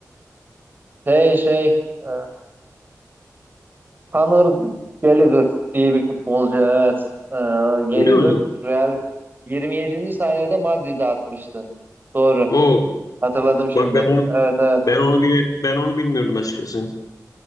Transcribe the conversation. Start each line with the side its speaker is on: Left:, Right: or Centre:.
Right: e, şey şey e, Conor Gallagher diye bir futbolcu evet e, Gallagher
Left: Öyle mi?
Right: Real 27. saniyede Madrid'e atmıştı. Doğru.
Left: Oo,
Right: Hatırladım şimdi.
Left: bak ben onu
Right: Evet evet
Left: ben onu bile ben onu bilmiyordum açıkçası.